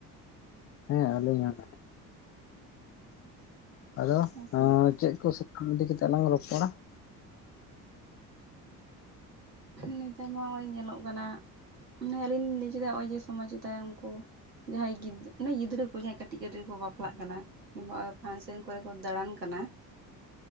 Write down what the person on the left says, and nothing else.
ᱦᱮᱸ ᱟᱹᱞᱤᱧ ᱦᱚᱸ ᱟᱫᱚ
ᱦᱮᱸ ᱪᱮᱫ ᱠᱚ ᱟᱢ ᱤᱫᱤ ᱠᱟᱛᱮᱫ ᱞᱟᱝ ᱨᱚᱯᱚᱲᱟ